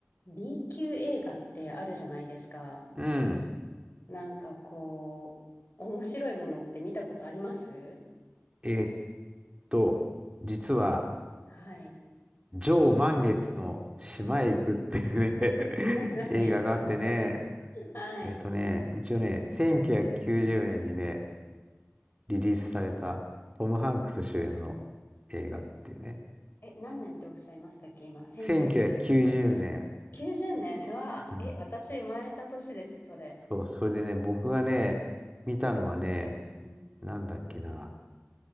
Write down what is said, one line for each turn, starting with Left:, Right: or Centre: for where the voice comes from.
Left: B 級映画ってあるじゃないですか。
Right: うん。
Left: なんかこう、面白いものって見たことあります
Right: えーっと、実は、
Left: はい。
Right: 上満月の島へ行くってい
Left: <laughs> 何ですかあれ。
Right: うね <laughs> 映画があってね、
Left: はい。
Right: えーっとね、一応ね、1990年にね、リリースされたトム・ハンクス主演の映画っていうね。
Left: え、何年っておっしゃいましたっけ今。1990
Right: 1990年。
Left: 年。うわ、
Right: うん。
Left: え、私生まれた年です、それ。
Right: そう、それでね、僕がね、見たのはね、
Left: うん。
Right: なんだっけな。